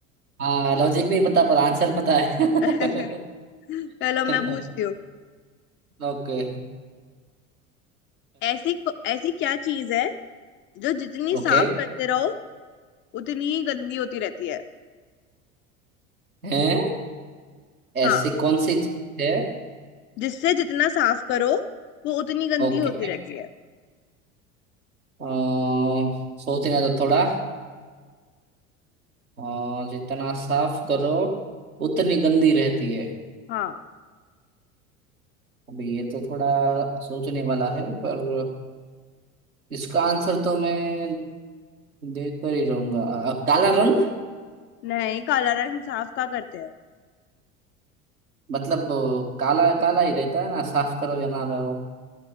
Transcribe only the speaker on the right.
हाँ लॉजिक नहीं पता पर आंसर पता है
<laughs>
ओके
ओके
हैं
ऐसी कौन सी चीज है
ओके
अ, सोचने तो थोड़ा अ, जितना साफ करो उतनी गंदी रहती है
अभी ये तो थोड़ा सोचने वाला है पर इसका आंसर तो मैं देख कर ही रहूंगा अ, काला रंग
मतलब अ, काला काला ही रहता है ना साफ करो या ना रहो